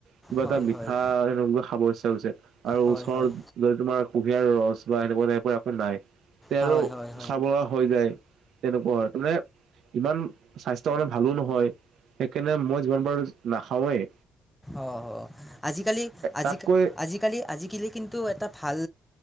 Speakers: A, on the right (about 60°); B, in the centre.
A: কিবা
B: হয়
A: এটা মিঠা
B: হয়
A: এনেকুৱা খাব ইচ্ছা হৈছে আৰু
B: হয়
A: ওচৰত
B: হয়
A: যদি তোমাৰ কুঁহিয়াৰ ৰস বা সেনেুৱা টাইপৰ একোঁ নাই তে আৰু
B: হয় হয়
A: খাৱা বোৱা হৈ যায় তেনেকুৱা হয় মানে ইমান স্বাস্থ্যৰ কাৰণে ভালো নহয়, সেইকাৰণে মই যিমান পাৰো নাখাওৱেই।
B: অ', আজিকালি আজি
A: তাতকৈ
B: আজিকালি আজিকালি কিন্তু এটা ভাল